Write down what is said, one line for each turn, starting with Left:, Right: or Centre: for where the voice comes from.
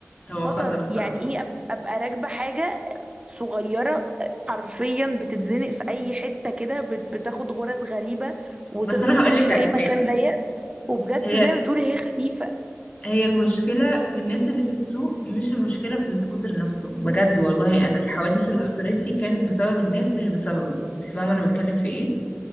Left: <laughs> هو
Right: خطر
Left: خطر الصراحة
Right: يعني ايه أب- ابقى راكبة حاجة صغيرة حرفيا بتتزنق في اي حتة كده بت- بتاخد غرز غريبة وتقدر
Left: بس انا
Right: تمشي
Left: هقولك
Right: في
Left: على
Right: اي
Left: حاجة
Right: مكان ضيق وبجد
Left: هي
Right: زي ما بتقولي هي خفيفة
Left: هي المشكلة في الناس اللي بتسوق مش المشكلة في السكوتر نفسه بجد والله أنا الحوادث اللي حصلت لي كانت بسبب الناس مش بسببي أنت فاهمة أنا بتكلم في إيه؟